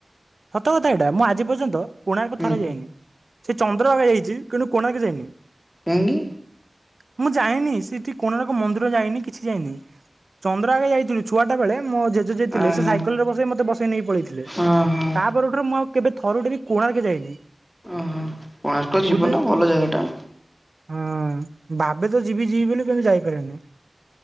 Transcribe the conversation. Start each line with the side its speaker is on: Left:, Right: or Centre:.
Right: ସତ କଥା ଏଇଟା ମୁଁ ଆଜି ପର୍ଯ୍ୟନ୍ତ କୋଣାର୍କ
Centre: ହୁଁ
Right: ଥରେ ବି ଯାଇନି ସେ ଚନ୍ଦ୍ରଭାଗ ଯାଇଛି କିନ୍ତୁ କୋଣାର୍କ ଯାଇନି।
Centre: କାଇଁକି?
Right: ମୁଁ ଯାଇନି ସେଠି କୋଣାର୍କ ମନ୍ଦିର ଯାଇନି କିଛି ଯାଇନି। ଚନ୍ଦ୍ରଭାଗା ଯାଇଥିଲୁ ଛୁଆଟା ବେଳେ ମୋ ଜେଜେ ଯିଏ
Centre: ଆହା
Right: ଥିଲେ ସେ ସାଇକେଲ ରେ ବସେଇ ମତେ ବସେଇ ନେଇ ପଳେଇଥିଲେ
Centre: ହଁ ହଁ
Right: ତା ପରଠାରୁ ମୁଁ ଆ କେବେ ଥରୁଟେ ବି କୋଣାର୍କ ଯାଇନି।
Centre: ଓହୋ କୋଣାର୍କ
Right: ବୁଝିଲେ
Centre: ଯିବ ନା ଭଲ ଜାଗା ଟା।
Right: ହଁ ଭାବେ ତ ଯିବି ଯିବି ବୋଲି କିନ୍ତୁ ଯାଇପାରେନି।